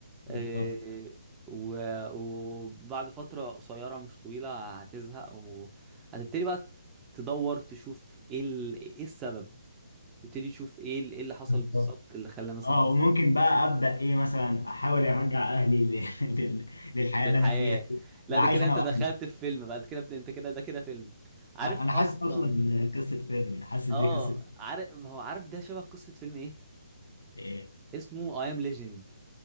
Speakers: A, on the left (about 75°); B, on the right (about 15°).
A: بالظبط
B: إيه، و- وبعد فترة قصيرة مش طويلة هتزهق وهتبتدي بقى تدور تشوف ايه ال- ايه السبب تبتدي تشوف ايه ال- ايه اللي حصل
A: بالظبط
B: بالظبط اللي خلى مثلا
A: اه
B: الناس
A: وممكن بقى ابدا ايه مثلا احاول ارجع اهلي ل... <laughs> لل... للحياه
B: للحياة
A: اللي انا فيها دي
B: لا
A: بقى
B: ده
A: عايش
B: كده
A: انا
B: انت
A: واهلي
B: دخلت في فيلم بعد كده بت- انت كده ده كده فيلم عارف
A: انا
B: اصلا
A: حاسس اصلا إن قصه فيلم حاسس دي
B: اه
A: قصه
B: عارف هو عارف ده شبه قصة فيلم ايه
A: ايه
B: اسمه اي ام ليجند